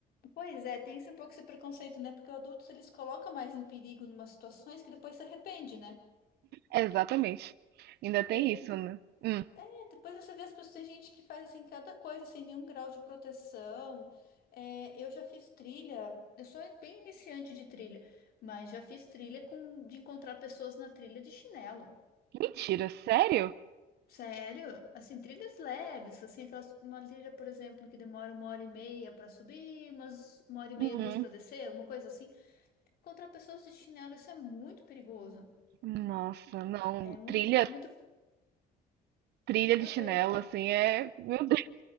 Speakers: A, on the left; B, on the right.
A: Pois é, tem esse um pouco esse preconceito, né? Porque os adultos eles colocam mais em perigo em umas situações que depois se arrepende, né?
B: Exatamente. Ainda tem
A: Daí,
B: isso, né? Hum,
A: é, depois você vê as pessoas, tem gente que faz assim cada coisa sem nenhum grau de proteção. É, eu já fiz trilha, eu sou bem iniciante de trilha, mas já fiz trilha com de encontrar pessoas na trilha de chinelo.
B: mentira, sério?
A: Sério? Assim, trilhas leves, assim, aquelas, uma trilha, por exemplo, que demora uma hora e meia para subir, umas uma hora e
B: Uhum.
A: meia, duas para descer, uma coisa assim. Encontrar pessoas de chinelo, isso é muito perigoso.
B: Nossa, não.
A: É muito,
B: Trilha,
A: muito,
B: trilha
A: não,
B: de chinelo,
A: é,
B: assim, é. Meu